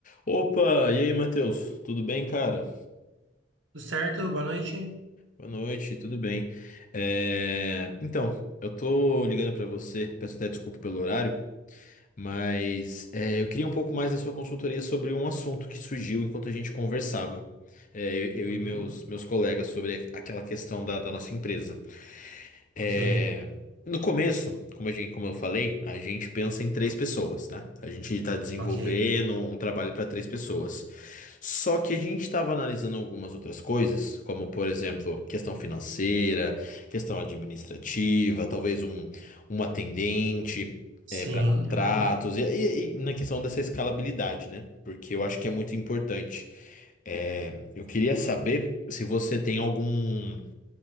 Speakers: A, on the left; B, on the right.
A: Opa, e aí, Matheus? Tudo bem, cara?
B: Tudo certo? Boa noite.
A: Boa noite, tudo bem. É, Então, eu tô ligando pra você, peço até desculpa pelo horário, mas é, eu queria um pouco mais da sua consultoria sobre um assunto que surgiu enquanto a gente conversava, É, eu, eu
B: Uhum.
A: e meus, meus colegas, sobre aquela questão da, da nossa empresa. É,
B: Ok,
A: No começo, como a gente, como eu falei, a gente pensa em três pessoas, né? A gente está desenvolvendo
B: ok.
A: um trabalho para três pessoas. Só que a gente estava analisando algumas outras coisas, como por exemplo, questão financeira, questão administrativa, talvez um, um atendente
B: Sim,
A: para contratos,
B: aham,
A: e, e- e na questão dessa escalabilidade, né? Porque eu acho que é muito importante. É, Eu queria saber se você tem algum